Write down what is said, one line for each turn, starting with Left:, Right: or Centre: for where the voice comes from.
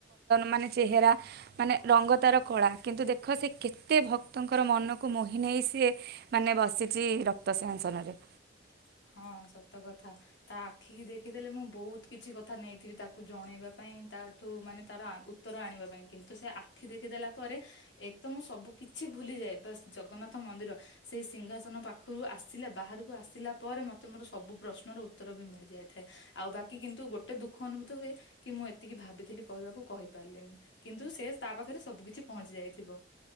Right: ମାନେ ଚେହେରା ମାନେ ଲଙ୍ଗ ତାର କଳା କିନ୍ତୁ, ଦେଖ ସେ କେତେ ଭକ୍ତଙ୍କର ମନକୁ ମୋହି ନେଇ ସି ମାନେ ବସିଛି ରତ ତା ସିଂହନସନରେ
Left: <inaudible> ହଁ ସତ କଥା ତା ଆଖି କି ଦେଖିଦେଲେ ମୁଁ ବହୁତ କିଛି କଥା ନେଇଥିବି ତାକୁ ଜଣେଇବା ପାଇଁ ତାଠୁ ମାନେ ତାର ଉତ୍ତର ଆଣିବା ପାଇଁ କିନ୍ତୁ ସେ ଆଖି ଦେଖିଦଲା ପରେ ଏକତ ମୁଁ ସବୁ କିଛି ଭୁଲିଯାଏ ବାସ ଜଗନ୍ନାଥ ମନ୍ଦିର ସେଇ ସିଂହାସନ ପାଖରୁ ଆସିଲା ବାହାରକୁ ଆସିଲା ପରେ ମତେ ମୋର ସବୁ ପ୍ରଶ୍ନର ଉତ୍ତର ବି ମିଳି ଯାଇଥାଏ ଆଉ ବାକି କିନ୍ତୁ ଗୋଟେ ଦୁଖ ଅନୁଭୂତ ହୁଏ କି ମୁଁ ଏତିକି ଭାବିଥିଲି କହିବାକୁ କହିପାରିଲିନି କିନ୍ତୁ ସେ ତା ପାଖରେ ସବୁ କିିଛି ପହଞ୍ଚି ଯାଇଥିବ।